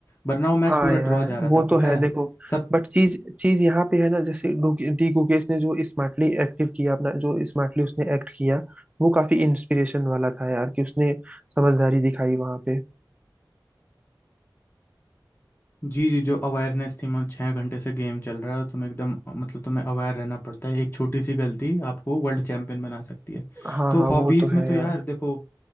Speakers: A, on the left; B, on the right.
A: वरना वो मैच
B: हाँ
A: पूरा
B: यार
A: ड्रॉ जा रहा
B: वो
A: था पता
B: तो है
A: है
B: देखो
A: सब
B: बट चीज चीज यहाँ पे है ना जैसे डुग- डी गुकेश ने जो स्मार्टली एक्टिव किया अपना जो स्मार्टली उसने एक्ट किया वो काफी इंस्पिरेशन वाला था यार कि उसने समझदारी दिखाई वहां पे
A: जी जी जो अवेयरनेस थी मैं छः घंटे से गेम चल रहा है तुम्हें एकदम मतलब तुम्हें अवेयर रहना पड़ता है एक छोटी सी गलती आपको वर्ल्ड चैंपियन बना सकती है
B: हाँ
A: तो
B: हाँ
A: हॉबीज़
B: वो तो है
A: में तो
B: यार
A: यार देखो